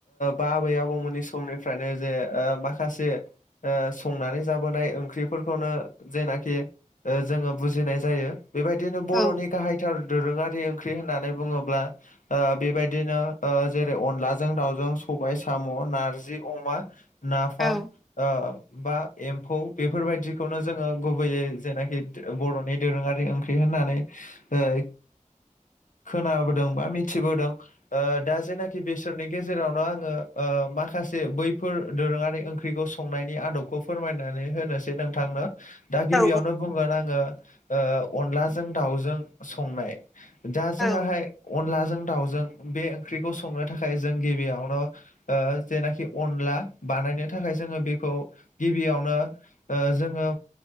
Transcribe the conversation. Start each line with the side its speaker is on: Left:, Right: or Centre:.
Left: बा आबै आबौमोननि समनिफ्रायनो जे माखासे संनानै जाबोनाय ओंख्रिफोरखौनो जेनाखि जोङो बुजिनाय जायो बेबायदिनो बर'नि
Centre: औ
Left: गाहाय थार दोरोङारि ओंख्रि होननानै बुङोब्ला ओ बेबायदिनो ओ जेरै अनलाजों दाउजों सबाय साम' नारजि अमा नाफाम
Centre: औ
Left: ओ बा एम्फौ बेफोरबायदिखौनो जोङो गुबैयै जेनाखि बर'नि दोरोङारि ओंख्रि होननानै ओ खोनाबोदों बा मिथिबोदों। ओ दा जेनाखि बेसोरनि गेजेरावनो आङो ओ माखासे बैफोर दोरोङारि ओंख्रिखौ संनायनि आदबखौ फोरमायनानै होनोसै नोंथांनो। दा गिबियावनो
Centre: औ
Left: बुंगोन आङो ओ अनलाजों दाउजों संनाय। दा
Centre: औ
Left: जोंहाहाय अनलाजों दाउजों बे ओंख्रिखौ संनो थाखाय जों गिबियावनो ओ जेनाखि अनला बानायनो थाखाय जोङो बेखौ गिबियावनो ओ जोङो